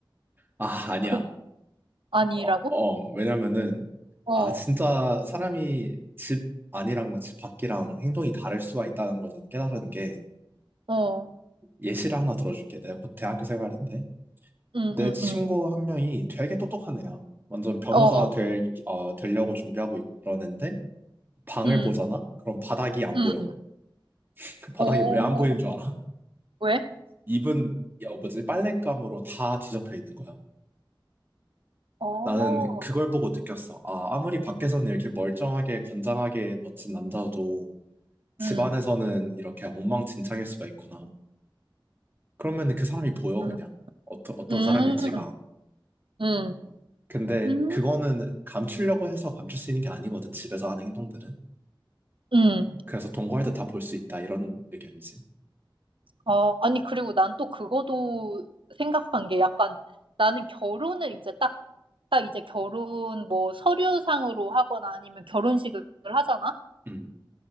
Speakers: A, on the right; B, on the right.
A: 아, 아니야.
B: 그, 아니라고?
A: 어, 어, 왜냐면은,
B: 어,
A: 아, 진짜 사람이 집 안이랑 집 밖이랑 행동이 다를 수가 있다는 걸 난 깨달은 게,
B: 어.
A: 예시를 하나 들어줄게. 내가 곧 대학교 생활인데,
B: 응,
A: 내
B: 응,
A: 친구
B: 응.
A: 한 명이 되게 똑똑한 애야. 완전 변호사
B: 어,
A: 될, 어, 되려고 준비하고 있고 그러는데, 방을
B: 응,
A: 보잖아? 그럼 바닥이 안
B: 응.
A: 보여. <laughs> 바닥이
B: 오,
A: 왜 안 보이는 줄 알아?
B: 왜?
A: 입은, 야, 뭐지, 빨랫감으로 다 뒤덮여 있는 거야.
B: 어,
A: 나는 그걸 보고 느꼈어. 아, 아무리 밖에서는 이렇게 멀쩡하게, 건장하게 멋진 남자도 집안에서는
B: 응,
A: 이렇게 엉망진창일 수가 있구나. 그러면 그 사람이 보여,
B: 응,
A: 그냥. 어떠, 어떤
B: 응,
A: 사람일지가.
B: 응,
A: 근데
B: 응.
A: 그거는 감추려고 해서 감출 수 있는 게 아니거든, 집에서 하는 행동들은.
B: 응.
A: 그래서 동거할 때 다 볼 수 있다, 이런 의견이지.
B: 어, 아니, 그리고 난 또 그거도 생각한 게 약간 나는 결혼을 이제 딱, 딱 이제 결혼 뭐 서류상으로 하거나 아니면 결혼식을 하잖아?
A: 음.